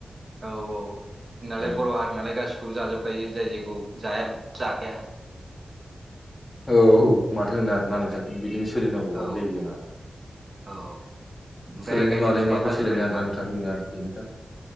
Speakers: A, on the right; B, on the left.
A: औ औ होननाालाय
B: औ
A: बर हारि नालाय गासिखौबो जाजोबखायो जाय जायखौ जाया बेखौ जाखाया।
B: औ माथो होनो आरोना नोंथां बिदिनो सोलिनांगौबानो
A: औ
B: जायो जोंहा।
A: औ ओमफ्राय
B: सोलायनाय
A: गायनाय
B: मालाय
A: फुनायफ्रा
B: माखौ सोलायनो
A: जोब्बाय
B: आरो ना नोंथां जोंना बेनोखा।